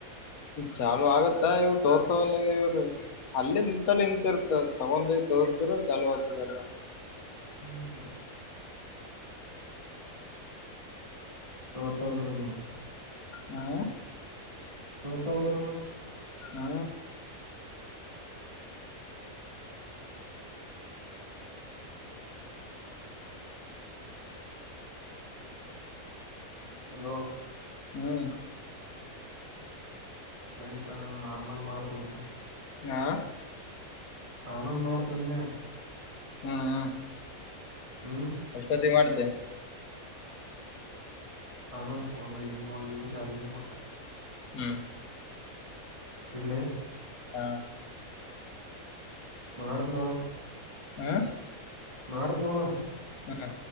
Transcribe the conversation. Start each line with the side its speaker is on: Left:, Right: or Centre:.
Left: ಚಾಲ ಆಗತ್ತ ಇವ್ ತೋರ್ಸೋವನ್ಗ ಇವ್ರ ಅಲ್ಲೇ ನಿಂತಲ್ಲ ನಿಂತಿರುತ್ತ ತಗೊಂಡ ತೋರ್ಸಿರ ಚಲೋ ಆತದೆಲ್ಲ
Right: ಹ್ಮ್ ತೋರ್ ಚ ಒಂದರ ದವರು
Left: ಹಾ
Right: ತೋರ್ಸ ಬದುರದ
Left: ಹಾ
Right: ಹಲೋ
Left: ಹ್ಮ್
Right: ಸರಿ ತಗಲ್ಲ ಆಮೇಲ್ ಮಾಡ್ತಂತ
Left: ಹ
Right: ಆಮೇಲ್ ಮಾಡತ್ ನಂದೆ
Left: ಹ್ಮ್
Right: ಹ್ಮ್
Left: ಎಷ್ಟೊತ್ತಿಗೆ ಮಾಡ್ದ
Right: ಆಮೇಲೆ ಒಂದ ಐದು ಒಂದು ನಿಮಿಷ ಎರಡು ನಿಮಿಷ ಪಟ್ಟು
Left: ಹ್ಮ್
Right: ಇಡ್ಲಿ
Left: ಹಾ
Right: ಮಾಡತ್ನೋಡೋ
Left: ಹ
Right: ಮಾಡತ್ ನೋಡ
Left: ಹಾ